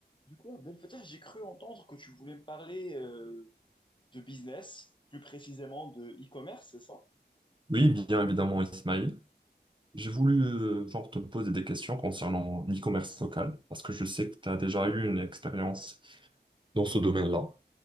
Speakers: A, on the left; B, on the right.
A: Du coup, Abdel Fattah, j'ai cru entendre que tu voulais me parler euh, de business, plus précisément de e-commerce, c'est ça?
B: Oui, bien évidemment, Ismail. J'ai voulu euh, genre te poser des questions concernant l'e-commerce local, parce que je sais que tu as déjà eu une expérience dans ce domaine-là.